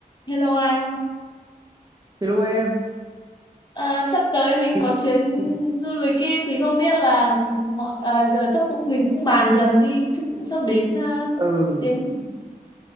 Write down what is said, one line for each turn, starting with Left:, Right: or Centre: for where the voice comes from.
Left: Hello anh,
Right: Hello em,
Left: à, sắp tới mình
Right: Thì-
Left: có chuyến
Right: thì-
Left: du lịch ấy, thì không biết là mọi- à, giờ chắc cũng mình cũng bàn dần đi chứ cũng sắp đến à,
Right: ừ,
Left: đến